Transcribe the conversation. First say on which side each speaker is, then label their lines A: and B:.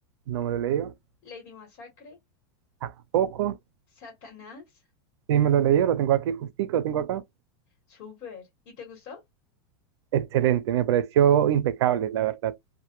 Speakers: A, on the right; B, on the left.
A: No me lo he leído.
B: Lady Masacre,
A: Tampoco.
B: Satanás.
A: Sí, me lo he leído, lo tengo aquí justico, lo tengo acá.
B: Súper. ¿Y te gustó?
A: Excelente, me pareció impecable, la verdad.